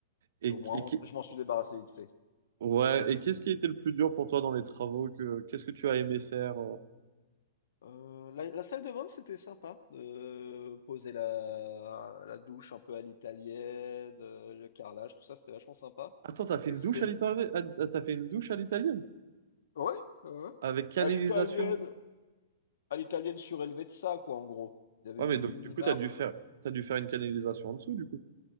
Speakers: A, on the right; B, on the left.
A: Et,
B: au moins,
A: et
B: on-
A: qui-
B: je m'en suis débarrassé vite fait.
A: Ouais, et qu'est-ce qui était le plus dur pour toi dans les travaux que qu'est-ce que tu as aimé faire? euh
B: Heu, la la salle de bain, c'était sympa, de poser la la douche un peu à l'italienne, heu, le carrelage, tout ça, c'était vachement sympa
A: Attends, t'as fait
B: et
A: une
B: c'est
A: douche à
B: l
A: l'italienne? T'as fait une douche à l'italienne?
B: ouais, ouais, ouais,
A: Avec canalisation.
B: à l'italienne à l'italienne surélevée de ça, quoi, en gros. Il y avait
A: Ouais,
B: une
A: mais donc
B: mini
A: du coup,
B: marche,
A: t'as dû faire t'as dû faire une canalisation en dessous, du coup.